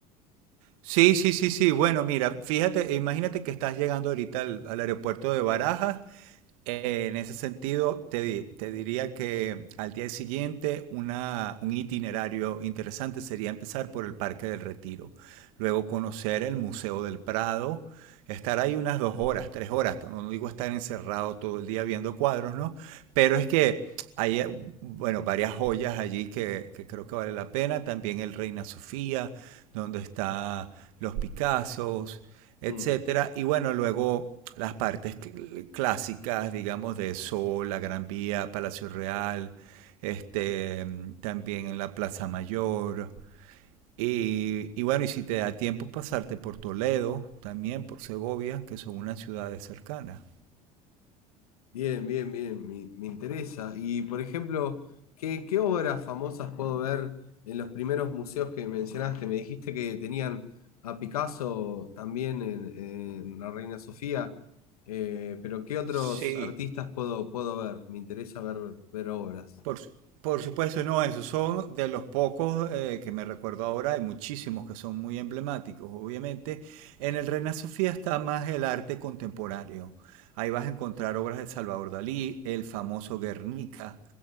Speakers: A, on the right; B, on the left.
A: Sí, sí, sí, sí. Bueno, mira, fíjate, imagínate que estás llegando ahorita al, al aeropuerto de Barajas Eh, En ese sentido, te, di- te diría que al día siguiente una- un itinerario interesante sería empezar por el Parque del Retiro, luego conocer el Museo del Prado, estar ahí unas dos horas, tres horas, no no digo estar encerrado todo el día viendo cuadros, ¿no? Pero es que hay, eh, bueno, varias joyas allí que, que creo que vale la pena, también el Reina Sofía, donde están los Picassos, etcétera.
B: Mm.
A: Y bueno, luego las partes cl- clásicas, digamos, de Sol, la Gran Vía, Palacio Real, este, también en la Plaza Mayor. Y, y bueno, y si te da tiempo pasarte por Toledo, también por Segovia, que son unas ciudades cercanas.
B: Bien, bien, bien, me, me interesa. Y por ejemplo, ¿qué, qué obras famosas puedo ver en los primeros museos que mencionaste? Me dijiste que tenían a Picasso también en, en la Reina Sofía, eh, pero ¿qué otros
A: Sí,
B: artistas puedo, puedo ver? Me interesa ver, ver obras.
A: Por, su- por supuesto, no, esos son de los pocos eh, que me recuerdo ahora, hay muchísimos que son muy emblemáticos, obviamente. En el Reina Sofía está más el arte contemporáneo. Ahí vas a encontrar obras de Salvador Dalí, el famoso Guernica,